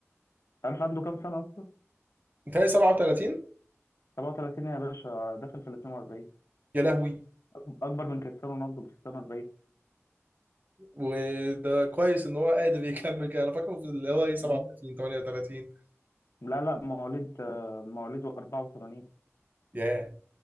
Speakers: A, on the left; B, on the right.
A: عارف عنده كام سنة اصلا
B: انت 37
A: 37 يا باشا داخل في ال 42
B: يا لهوي
A: أك- اكبر من كريستيانو رونالدو كريستيانو 40
B: وده كويس ان هو قادر يكمل كده انا فاكره في اللي هو ايه 37
A: مم.
B: 38
A: لا لا مواليد آه، مواليد 84
B: ياه